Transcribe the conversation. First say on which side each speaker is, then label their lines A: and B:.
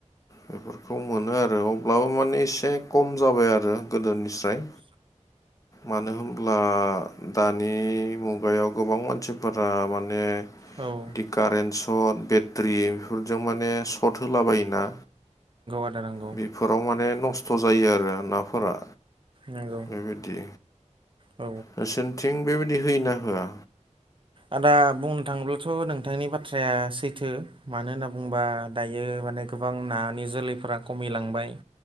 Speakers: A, on the left; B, on the right.
A: बेफोरखौ मोनो आरो अब्लाबो मानि एसे खम जाबाय आरो गोदोनिस्राय मानो होम अब्ला दानि मुगायाव गोबां मानसिफोरा माने
B: औ
A: बिदि कारेन्ट सट बेट्रि बेफोरजों माने सट होलाबायोना
B: आदा नंगौ
A: बेफोराव माने नस्थ' जायो आरो नाफोरा।
B: नंगौ
A: बेबायदि
B: औ
A: नोंसिनिथिं बेबायदि होयोना होआ?
B: आदा बुंनो थाङोब्लाथ' नोंथांनि बाथ्राया सैथो मानो होनना बुङोबा दायो माने गोबां नानि जोलैफोरा खमिलांबाय